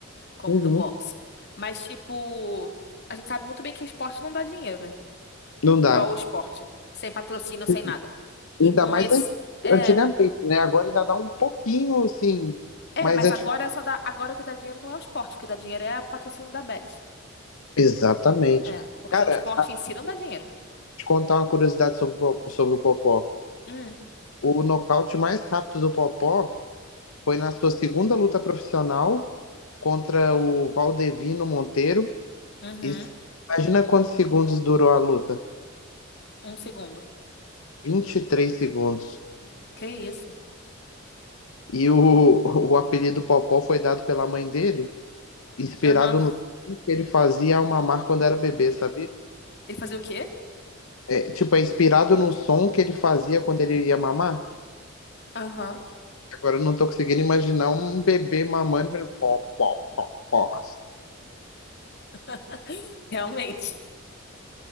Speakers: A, on the left (about 55°); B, on the left (about 85°).
A: Como-
B: Uhum.
A: Do boxe. Mas tipo, a gente sabe muito bem que esporte não dá dinheiro, né?
B: Não dá.
A: Só o esporte. Sem patrocínio, sem
B: Sim.
A: nada. E
B: Ainda
A: com
B: mais
A: esse.
B: an-
A: É.
B: antigamente, né? Agora ainda dá um pouquinho, assim,
A: É,
B: mas
A: mas
B: antigamente
A: agora só dá. Agora o que dá dinheiro não é o esporte. O que dá dinheiro é o patrocínio da Bet.
B: Exatamente.
A: É. Porque
B: Cara,
A: o esporte em si não dá dinheiro.
B: te contar uma curiosidade sobre o Popó. sobre o Popó.
A: Hum.
B: O nocaute mais rápido do Popó foi na sua segunda luta profissional contra o Valdevino Monteiro.
A: Uhum.
B: E se- imagina quantos segundos durou a luta?
A: Um segundo.
B: 23 segundos.
A: Que isso?
B: E o, o apelido Popó foi dado pela mãe dele, inspirado
A: Aham.
B: no som que ele fazia ao mamar quando era bebê, sabia?
A: Ele fazia o quê?
B: É, tipo, é inspirado no som que ele fazia quando ele ia mamar.
A: Aham.
B: Agora eu não tô conseguindo imaginar um bebê mamando e falando pó, pó, pó, pó.
A: <laughs> Realmente.